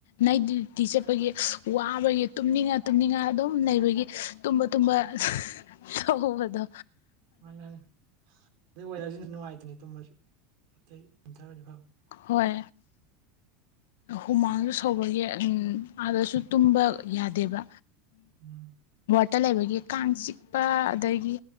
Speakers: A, on the left; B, on the right.
A: ꯅ ꯗ꯭ꯌꯇꯤ ꯆꯠꯄꯒꯤ ꯋꯥꯕꯒꯤ ꯇꯨꯝꯅꯤꯡꯉꯥ ꯇꯨꯝꯅꯤꯡꯉ ꯑꯗꯨꯝ ꯂꯩꯕꯒꯤ ꯇꯨꯝꯕ ꯇꯨꯝꯕ ꯇꯧꯍꯧꯕꯗꯣ
B: <unintelligible> ꯑꯗꯨꯗ ꯑꯣꯏꯔꯁꯤꯅ ꯅꯨꯡꯉꯥꯏꯇꯅꯤ ꯇꯨꯝꯃꯁꯨ ꯑꯇꯩꯊꯔꯗꯤ ꯐꯕ
A: ꯍꯣꯏ ꯍꯨꯃꯥꯡꯁꯨ ꯁꯧꯕꯒꯤ ꯎꯝ ꯑꯥꯗꯁꯨ ꯇꯨꯝꯕ ꯌꯥꯗꯦꯕ
B: ꯎꯝ
A: ꯇ ꯂꯩꯕꯒꯤ ꯀꯥꯡ ꯆꯤꯛꯄ ꯑꯗꯒꯤ